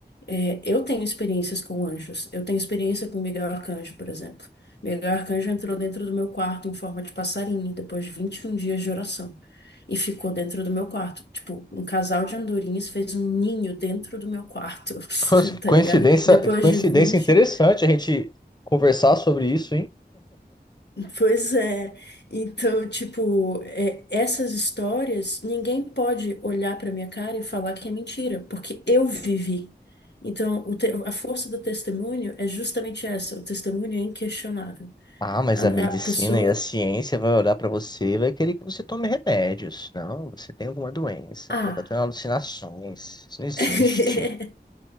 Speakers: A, on the left; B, on the left.
A: é, eu tenho experiências com anjos. Eu tenho experiência com Miguel Arcanjo, por exemplo. Miguel Arcanjo entrou dentro do meu quarto em forma de passarinho, depois de 21 dias de oração. E ficou dentro do meu quarto. Tipo, um casal de andorinhas fez um ninho dentro do meu quarto, <laughs>
B: Nossa, que
A: tá
B: Coincidência,
A: ligado? Depois
B: que coincidência
A: de vinte
B: interessante a gente conversar sobre isso, hein?
A: Pois é. Então, tipo, é, essas histórias, ninguém pode olhar pra minha cara e falar que é mentira, porque eu vivi. Então, o te- a força do testemunho é justamente essa, o testemunho é inquestionável.
B: Ah, mas
A: A,
B: a medicina
A: a pessoa.
B: e a ciência vai olhar para você e vai querer que você tome remédios. Não, você tem alguma doença,
A: Ah!
B: você está tendo alucinações. Isso não existe.
A: <laughs>